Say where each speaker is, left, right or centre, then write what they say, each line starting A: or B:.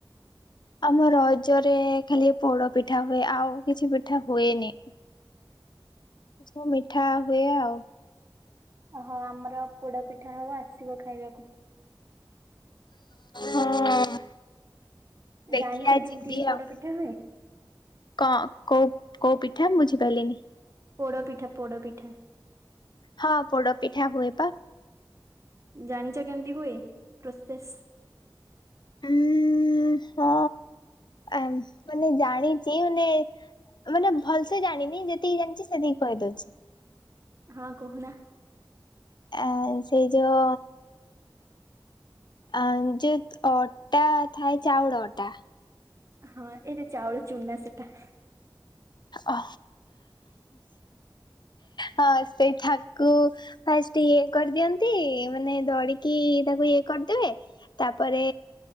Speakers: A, on the left (about 60°); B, on the right (about 35°).
A: ଆମ ରଜରେ ଖାଲି ପୋଡ ପିଠା ହୁଏ ଆଉ କିଛି ପିଠା ହୁଏନି। ଏ ସବୁ ମିଠା ହୁଏ ଆଉ।
B: ଓହୋ ଆମର ପୋଡ଼ ପିଠା ହବ ଆସିବ ଖାଇବାକୁ।
A: ହଁ ଦେଖିଆ
B: ଜାଣିଛ କେମିତି
A: ଯିବି
B: ପୋଡ
A: ଆଉ।
B: ପିଠା ହୁଏ?
A: କଁ କୋଉ କୋଉ ପିଠା ବୁଝିପାରିଲିନି?
B: ପୋଡ ପିଠା ପୋଡ଼ ପିଠା।
A: ହଁ ପୋଡ଼ ପିଠା ହୁଏ ପା।
B: ଜାଣିଚ କେମିତି ହୁଏ ପ୍ରୋସେସ।
A: ଉଁ ହଁ ଆ ମାନେ ଜାଣିଚି ମାନେ ମାନେ ଭଲ ସେ ଜାଣିନି ଯେତିକି ଜାଣିଛି ସେତିକି କହିଦଉଛି।
B: ହଁ କହୁନା।
A: ଆ ସେଇ ଯୋଉ ଆଁ ଯୋଉ ଅଟା ଥାଏ ଚାଉଳ ଅଟା।
B: ହଁ ଏଇଟା ଚାଉଳ ଚୁନା ସେଟା।
A: ଓ ହଁ ସେଇଟା କୁ ଫାଷ୍ଟ ଇଏ କରିଦିଅନ୍ତି ମାନେ ଦଳିକି ତାକୁ ଇଏ କରିଦେବେ। ତାପରେ